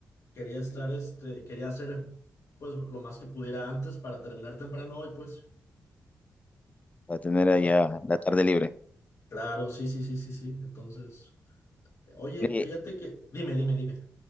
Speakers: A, on the left; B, on the left.
A: quería estar, este, quería hacer, pues, lo más que pudiera antes para terminar temprano hoy, pues.
B: para tener allá
A: Ajá.
B: la tarde libre?
A: Claro, sí, sí, sí, sí, sí. Entonces, oye,
B: Oye,
A: fíjate que, dime, dime, dime.